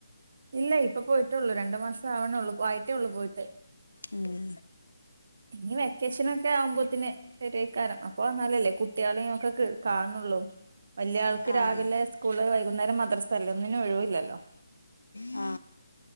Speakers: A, on the right (about 50°); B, on the left (about 70°).
A: ഇല്ല ഇപ്പ പോയിട്ടുള്ളൂ രണ്ടു മാസം ആവണേള്ളൂ ആയിട്ടേ ഉള്ളൂ പോയിട്ട്.
B: ഉം
A: ഇനി വെക്കേഷൻ ഒക്കെ ആവുമ്പത്തേക്കിന് വരുവായിരിക്കും. അപ്പൊ വന്നാലല്ലേ കുട്ടികളെയൊക്കെ കാണുന്നുള്ളൂ. വലിയ ആൾക്ക്
B: ആഹ്
A: രാവിലെ സ്കൂള് വൈകുന്നേരം മദ്രസ അല്ല ഒന്നിനും ഒഴിവില്ലല്ലോ.
B: ആ